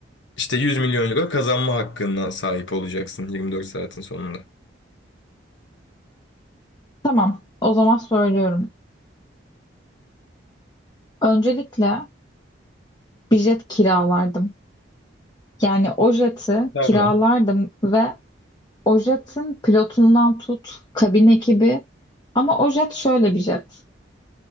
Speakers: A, on the left; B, on the left.
A: işte 100 milyon euro kazanma hakkına sahip olacaksın 24 saatin sonunda.
B: Tamam, o zaman söylüyorum. Öncelikle bir jet kiralardım. Yani o jeti
A: Tamam.
B: kiralardım ve o jetin pilotundan tut, kabin ekibi. Ama o jet şöyle bir jet.